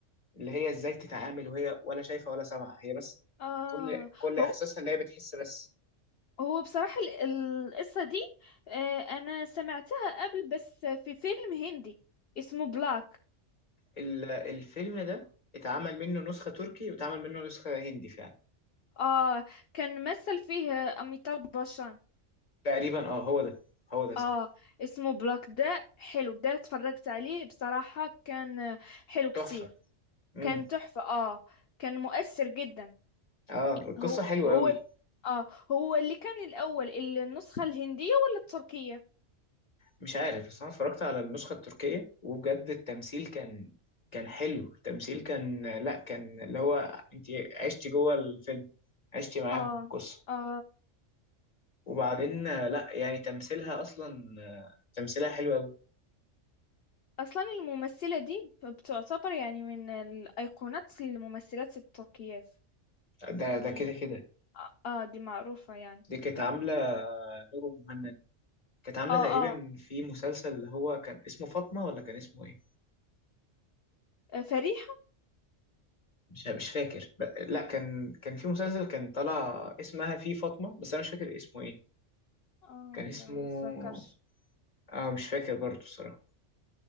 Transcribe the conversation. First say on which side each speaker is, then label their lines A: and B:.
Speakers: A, on the left; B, on the left.
A: اللي هي ازاي تتعامل وهي ولا شايفة ولا سامعة هي بس
B: اه
A: كل كل
B: هو
A: احساسها اللي هي بتحس بس
B: هو بصراحة ال- ال- القصة دي آه انا سمعتها قبل بس في فيلم هندي اسمه بلاك
A: ال- الفيلم ده اتعمل منه نسخة تركي واتعمل منه نسخة هندي فعلا
B: اه كان مثل فيه اميتاب باشان
A: تقريبا اه هو ده هو ده صح
B: اه اسمه بلاك ده حلو ده اتفرجت عليه بصراحة كان حلو كتير
A: تحفة امم
B: كان تحفة اه كان مؤثر جدا
A: اه القصة
B: هو
A: حلوة
B: هو
A: قوي
B: اه هو اللي كان الأول ال- النسخة الهندية ولا التركية
A: مش عارف بس انا اتفرجت على النسخة التركية وبجد التمثيل كان كان حلو التمثيل كان لا كان اللي هو انت عشتي جوه الفيلم عشتي معاهم
B: اه
A: القصة
B: اه
A: وبعدين آه، لا يعني تمثيلها اصلا آه، تمثيلها حلو قوي
B: أصلا الممثلة دي بتعتبر يعني من الأيقونات الممثلات التركيات
A: ده ده
B: دي
A: كده كده
B: اه آه، دي معروفة يعني
A: دي كانت عاملة نور مهند كانت عاملة
B: اه
A: تقريبا في مسلسل اللي هو كان اسمه فاطمة ولا كان اسمه ايه
B: اه فريحة
A: مش مش فاكر ب- لا كان كان في مسلسل كان طالع اسمها فيه فاطمة بس انا مش فاكر اسمه ايه
B: اه
A: كان اسمه
B: لا ما بتذكرش
A: اه مش فاكر برضه الصراحة